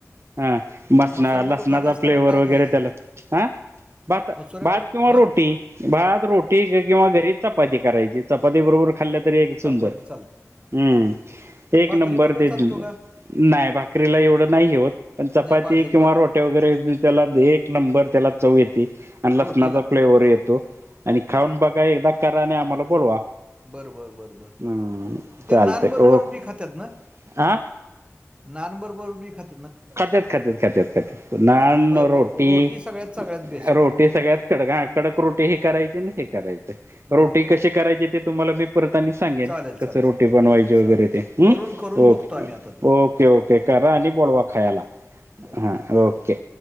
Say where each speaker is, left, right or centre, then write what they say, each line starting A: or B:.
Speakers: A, on the right; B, on the right.
A: हा. मसना-
B: मसुऱ्याबरोबर
A: लसणाचा
B: खात असताना
A: फ्लेवर
B: काय
A: वगैरे
B: खायचं?
A: त्याला. अ भात-
B: मसुऱ्याबरोबर
A: भात किंवा
B: भाक
A: रोटी. भात, रोटी की किंवा घरी चपाती करायची. चपाती बरोबर खाल्लं तरी एक सुंदर.
B: चपाती चालते.
A: हम्म. एक
B: भाकरीबरोबर
A: नंबर ते
B: चालतो
A: नाय,
B: का?
A: भाकरीला एवढं नाय ही होत. पण चपाती
B: नाही बाजरी
A: किंवा रोटया वगैरे त्याला दे एक एक नंबर त्याला चव येती. आणि लसणाचा
B: रोटीला.
A: फ्लेवर येतो. आणि खाऊन बघा. एकदा करा, नि आम्हाला बोलवा.
B: बर, बर, बर, बर.
A: हम्म
B: ते
A: चालतंय
B: नानबरोबर
A: ओके
B: बी खात्यात ना?
A: हा
B: नान बरोबर बी खात
A: खात्यात, खात्यात, खात्यात, खात्यात. नान,
B: मग मग
A: रोटी.
B: सगळ्यात सगळ्यात बेस्ट.
A: रो ते सगळ्यात कडक. हा कडक रोटी हे करायची, न हे करायचे.
B: बरोबर
A: रोटी कशी करायची? ते तुम्हाला मी परत आणि सांगेन.
B: चालेल चालेल
A: कसं रोटी
B: सर
A: बनवायची वगैरे
B: चालेल चालेल
A: ते. अम्.
B: करून करून
A: ओके.
B: बघतो आम्ही आता ते
A: ओके, ओके. करा
B: ओके
A: आणि बोलवा
B: हां
A: खा खायाला.
B: ओके
A: हां. ओके.